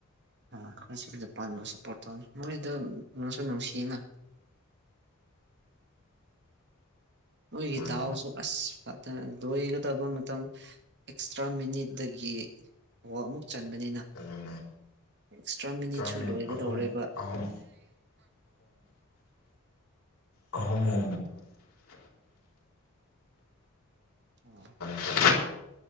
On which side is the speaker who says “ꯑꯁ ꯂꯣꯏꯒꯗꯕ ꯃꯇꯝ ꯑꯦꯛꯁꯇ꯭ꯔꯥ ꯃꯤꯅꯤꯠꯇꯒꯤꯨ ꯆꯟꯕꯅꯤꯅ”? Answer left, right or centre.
Right